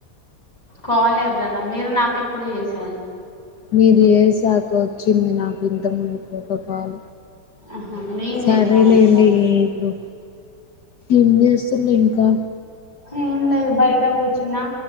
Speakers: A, on the left; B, on the left.
A: కోలేరు కదా మీరు నాకెప్పుడు చేసారు
B: మీరు వేశాక వచ్చింది నాకు ఇంత మునుకో సపాల
A: ఆహా నేను
B: సరే
A: చేశాను
B: లేండి
A: అప్పుడా
B: ఇప్పుడు ఏం చేస్తుండ్రు ఇంకా
A: ఏం లేదు బయట కూర్చున్నా